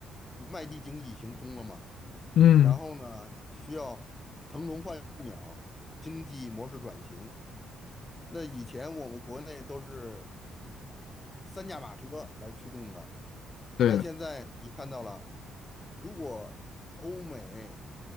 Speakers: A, on the left; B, on the left.
A: 卖地经济行不通了嘛，
B: 嗯，
A: 然后呢，需要腾笼换鸟，经济模式转型。那以前我们国内都是三驾马车来驱动的，
B: 对的，
A: 但现在你看到了，如果欧美